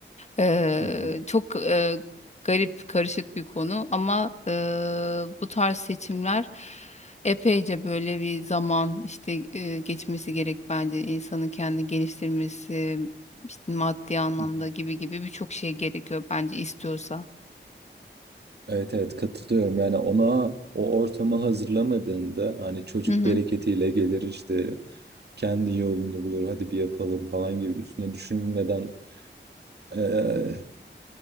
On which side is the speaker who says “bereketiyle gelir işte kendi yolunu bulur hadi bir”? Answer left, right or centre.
Right